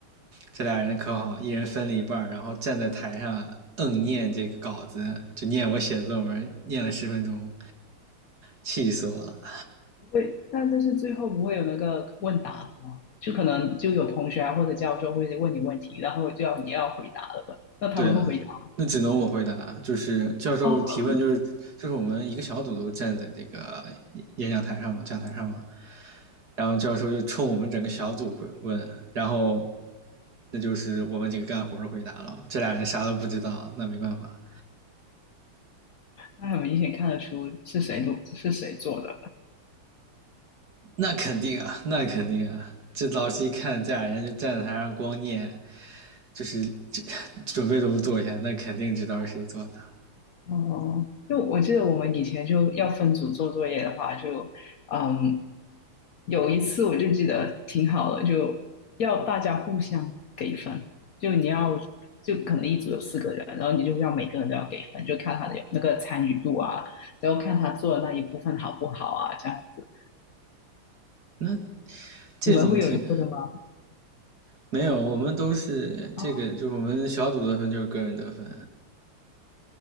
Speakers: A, on the right; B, on the left.
A: 这俩人可好，一人分了一半然后站在台上嗯念这个稿子，就念我写的论文，念了十分钟，气死我了。
B: 不会？那但是最后不会有那个问答的吗？就可能就有同学啊或者教授会问你问题，然后就要你要回答了，那他们会回答
A: 对啊，那只能我回答，就是教授提问，
B: 哦，
A: 就是就是我们一个小组都站在这个演演讲台上嘛，讲台上嘛，然后教授就冲我们整个小组会问，然后那就是我们几个干活的回答了，这俩人啥都不知道，那没办法，
B: 那很明显看得出是谁做是谁做的。
A: 那肯定啊，那肯定啊，这老师一看这俩人就站在台上光念，就是这准备都不做一下，那肯定知道是谁做的，
B: 哦，就我记得我们以前就要分组做作业的话，就嗯，有一次我就记得挺好的，就要大家互相给分，就你要就可能一组有四个人，然后你就要每个人都要给分，就看他的那个参与度啊，然后看他做的那一部分好不好啊，这样子。
A: 那这种挺
B: 你们会有这个的吗？
A: 没有，我们都是这个，
B: 啊
A: 就是我们小组得分就是个人得分。